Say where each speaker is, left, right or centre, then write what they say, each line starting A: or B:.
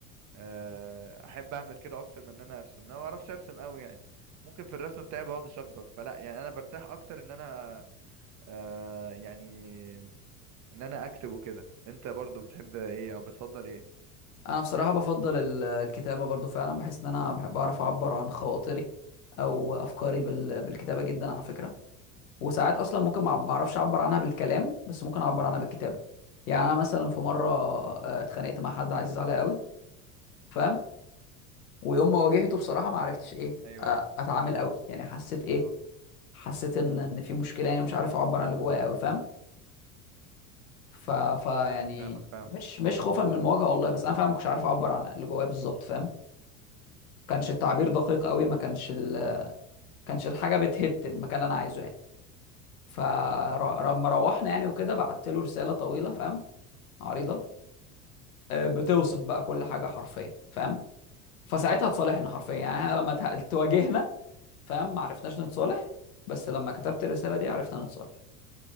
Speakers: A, on the right; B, on the left.
A: آه، احب اعمل كده اكتر من ان انا ارسم انا ما بعرفش ارسم قوي يعني ممكن في الرسم بتاعي بقعد اشخبط فلا يعني انا برتاح اكتر ان انا آه، يعني ان انا اكتب وكده انت برضو بتحب ايه او بتفضل ايه
B: انا بصراحه بفضل ال- الكتابه برضو فعلا بحس ان انا بحب اعرف اعبر عن خواطري او افكاري بال- بالكتابه جدا على فكره وساعات اصلا ممكن ما ما اعرفش اعبر عنها بالكلام بس ممكن اعبر عنها بالكتابه يعني انا مثلا في مره آه، اتخانقت مع حد عزيز عليا قوي فاهم ويوم ما واجهته بصراحه ما عرفتش ايه
A: ايوه
B: آه،
A: ايوه
B: اتعامل قوي يعني حسيت ايه
A: اه
B: حسيت ان ان في مشكله يعني مش عارف اعبر عن اللي جوايا قوي فاهم ف... ف يعني
A: فاهمك فاهمك فاهمك
B: مش مش خوفا من المواجهه والله بس انا فعلا ما كنتش عارف اعبر عن اللي جوايا بالظبط فاهم كانش التعبير دقيق قوي ما كانش ال... كانش الحاجه بتهت المكان اللي انا عايزه يعني فلما روحنا يعني وكده بعت له رساله طويله فاهم عريضه آه، بتوصف بقى كل حاجه حرفيا فاهم فساعتها اتصالحنا حرفيا يعني احنا لما ته- تواجهنا فاهم ما عرفناش نتصالح بس لما كتبت الرساله دي عرفنا نتصالح